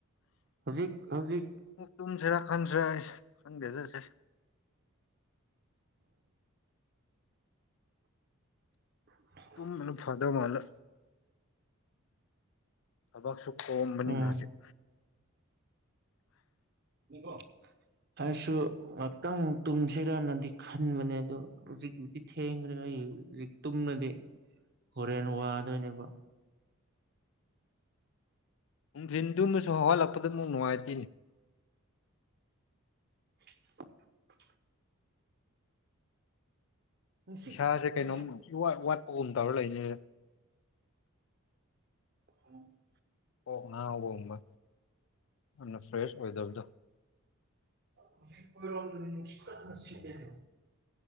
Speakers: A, on the right (about 50°); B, on the left (about 60°).
A: ꯍꯧꯖꯤꯛ ꯍꯧꯖꯤꯛ
B: ꯃꯨꯛ ꯇꯨꯝꯁꯤꯔꯥ ꯈꯟꯁꯤꯔꯥ ꯑꯩ ꯈꯪꯗꯦ ꯆꯁꯦ
A: <inaudible>
B: ꯇꯨꯝꯕꯅ ꯐꯥꯗꯣ ꯃꯥꯜꯂꯦ ꯊꯕꯛꯁꯨ ꯀꯣꯝ ꯃꯅꯤ
A: ꯎꯝ
B: ꯍꯧꯖꯤꯛ
A: ꯎꯀꯣ <unintelligible> ꯍꯥꯏꯔꯁꯨ ꯉꯥꯏꯍꯥꯛꯇꯪ ꯇꯨꯝꯁꯤꯔꯅꯗꯤ ꯈꯟꯕꯅꯦ ꯑꯗꯣ ꯍꯧꯖꯤꯛ ꯊꯦꯡꯈ꯭ꯔꯦ ꯑꯩ ꯍꯧꯖꯤꯛ ꯇꯨꯝꯅꯗꯤ ꯍꯣꯔꯦꯟ ꯋꯥꯗꯣꯏꯅꯦꯕ
B: ꯎꯝ ꯅꯨꯡꯊꯤꯟ ꯑꯨꯝꯃꯁꯨ ꯍꯧꯍꯠꯂꯛꯄꯗ ꯑꯃꯨꯛ ꯅꯨꯡꯉꯥꯏꯇꯦꯅꯤ
A: <inaudible> ꯅꯨꯡꯁꯤꯠ
B: ꯏꯁꯥꯁꯦ ꯀꯩꯅꯣꯝ
A: ꯅꯨꯡꯁꯤꯠ
B: ꯏꯋꯥꯠ ꯋꯥꯠꯄꯒꯨꯝ ꯇꯧꯔ ꯂꯩꯅꯤ
A: ꯎꯝ
B: ꯀꯣꯛ ꯉꯥꯎꯕꯒꯨꯝꯕ ꯌꯥꯝꯅ ꯐ꯭ꯔꯦꯁ ꯑꯣꯏꯗꯕꯗꯣ
A: ꯍꯧꯖꯤꯛ ꯈꯣꯏꯔꯣꯝꯗꯗꯤ ꯅꯨꯡꯁꯤꯠ ꯀꯠꯅ ꯁꯤꯠꯂꯦꯅꯦ